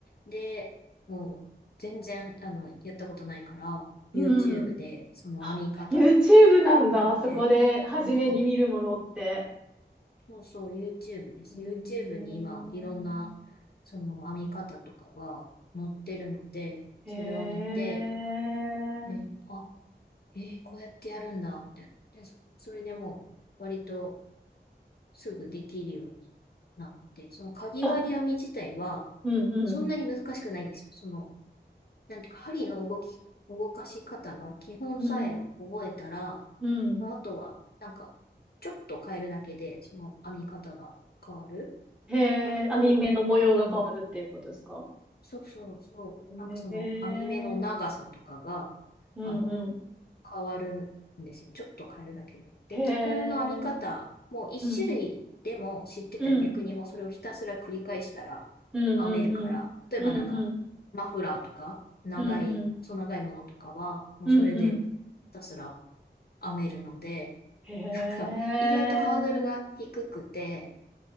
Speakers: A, on the left; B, in the centre.
A: で、もう全然あのやったことないから、
B: に。
A: YouTube
B: うん。
A: でその編み方とかを
B: あ、YouTube なんだ。
A: 見て、
B: そこで初めに見るものって。
A: あそうそう、YouTube です。
B: うーん
A: YouTube に今、いろんな、その編み方とかが載ってるので、
B: へえ。
A: それを見て、えーあ、えーこうやってやるんだ、みたいな。で、そ、それでもう、割とすぐできるようになって、そのかぎ針編み自体は、
B: あ、うん、うん、
A: そんなに難しくないんですよ。その、なんていうか、針の動き、動かし方の基本さえ覚えたら、
B: うん、うん。
A: もうあとは、なんか、ちょっと変えるだけで、その編み方が変わる。
B: へえ、
A: 割と、
B: 網目の模様が変わるっていうことですか
A: あの、そうそうそう、
B: へえ、
A: なんかその網目の長さとかが、
B: うんうん。
A: あの、変わるんですよ。ちょっと変えるだけで。で、
B: へえ、
A: 基本の編み方、もう一種類でも知ってたら逆にもうそれをひたすら繰り返したら
B: うん、うん、うん、
A: 編めるから、
B: うん、
A: 例えばなんか、
B: うん、うん、
A: マフラーとか、長い、
B: うん、うん、うん、
A: 細長いものとかは、もうそれで
B: うんうん。
A: ひたすら編めるので、
B: へえ、
A: なんか、意外とハードルが低くて、